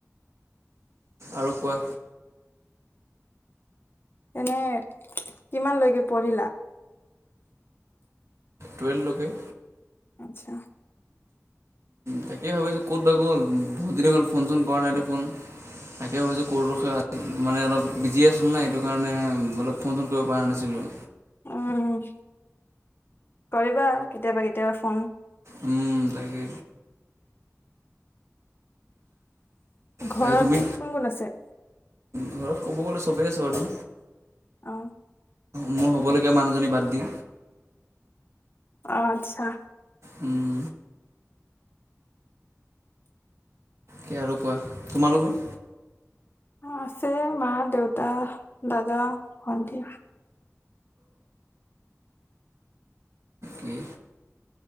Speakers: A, on the right; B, on the left.
A: আৰু কোৱা
B: তেনে কিমানলৈকে পঢ়িলা?
A: টুৱেলভ লৈকে।
B: আতছা।
A: তাকেইে ভাবিছো ক'ত বা গ'ল বহুত দিন হল ফোন চোন কৰা নাই দেখোন? তাকে ভাবিছোঁ কৰ ৰখা মানে অলপ বিজি আছিলো না সেইটো কাৰণে অলপ ফোন চোন কৰিব পৰা নাছিলোঁ।
B: উম কৰিবা কেতিয়াবা কেতিয়াবা ফোন।
A: উম, তাকে
B: ঘৰত
A: তাকে তুমি
B: কোন কোন আছে?
A: ঘৰত ক'ব গ'লে চবেই আছে বাৰু।
B: অ।
A: মোৰ হ'বলগীয়া মানুহজনী বাদ দি।
B: অ আত্ছা।
A: উম। কি আৰু কোৱা তোমালোকৰ?
B: আছে মা দেউতা দাদা ভন্টি।
A: উম্।